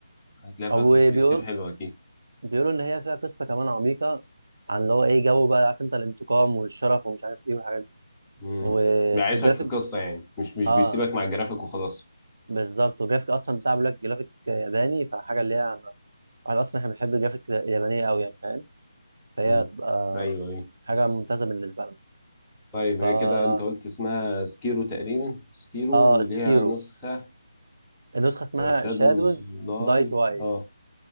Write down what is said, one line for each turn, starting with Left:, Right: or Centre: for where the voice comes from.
Centre: هتلاقي
Right: او
Centre: فيها تفاصيل
Right: بيقول
Centre: كتير حلوة اكيد
Right: بيقولوا ان هي فيها قصه كمان عميقه عن اللي هو ايه جو بقى عارف انت الانتقام والشرف ومش عارف ايه والحاجات
Centre: امم
Right: والجرافيك
Centre: بيعيشك في قصة يعني مش مش
Right: اه
Centre: بيسيبك مع الجرافيك وخلاص
Right: بالظبط والجرافيك اصلا بتاع بيقول لك جرافيك ياباني فحاجه اللي هي واحد اصلا احنا بنحب الجرافيك اليابانيه قوي يعني فاهم فهي
Centre: امم
Right: هتبقى
Centre: ايوه ايوه
Right: حاجه ممتازه بالنسبه لنا
Centre: طيب
Right: فا
Centre: هي كده انت قلت اسمها سكيرو تقريبا سكيرو
Right: اه
Centre: وليها
Right: سكيرو
Centre: نسخة
Right: النسخه اسمها
Centre: شادوز
Right: شادوز
Centre: داي
Right: داي توايس
Centre: اه